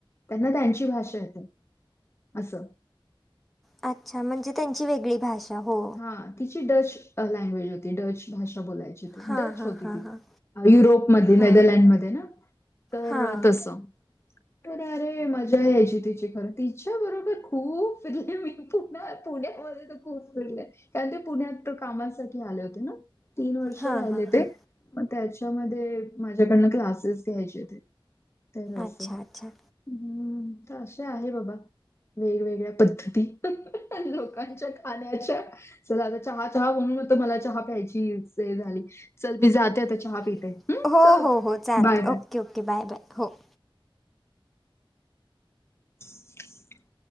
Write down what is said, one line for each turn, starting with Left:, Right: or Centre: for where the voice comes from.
Left: त्यांना त्यांची भाषा येते. असं
Centre: अच्छा म्हणजे त्यांची वेगळी भाषा हो
Left: हा तिची डच लँग्वेज होती, डच भाषा बोलायची ती,
Centre: हां
Left: डच
Centre: हां
Left: होती
Centre: हां
Left: ती.
Centre: हां
Left: युरोप मध्ये नेदरलँडमध्ये
Centre: हां
Left: ना तर
Centre: हां
Left: तस तर अरे मजा यायची तिची फार, तिच्या बरोबर खूप फिरले मी, खूप नाही पुण्यामध्ये तर खूप फिरले कारण ते पुण्यात कामासाठी आले होते ना तीन वर्ष
Centre: हां
Left: राहिले
Centre: हां
Left: ते
Centre: हां
Left: मग त्याच्यामध्ये माझ्याकडन क्लासेस घ्यायचे ते तर अस
Centre: अच्छा
Left: हम्म
Centre: अच्छा
Left: तर असे आहे बाबा वेगवेगळ्या पद्धती लोकांच्या खाण्याच्या तर, चल आता चहा चहा म्हणून तर मला चहा प्यायची हे झाली चल मी जाते आता चहा
Centre: मी जाते.
Left: पिते हम्म,
Centre: हो
Left: चल
Centre: हो हो चालत
Left: बाय bye
Centre: okay okay bye bye हो.
Left: थ